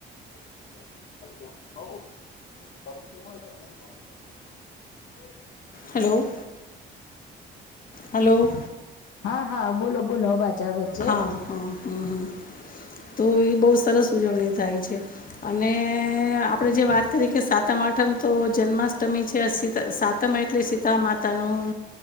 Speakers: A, on the left (about 75°); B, on the left (about 45°).
A: <unintelligible> <unintelligible>
B: હલો હલો
A: હા હા બોલો બોલો અવાજ આવે છે
B: હા હા હા હા તો એ બહુ સરસ ઉજવણી થાય છે અને આપણેે જે વાત કરીએ કે સાતમાઠ મ તો જન્માષ્ટમી છે સાતમ એટલે શીતાળ માતા નું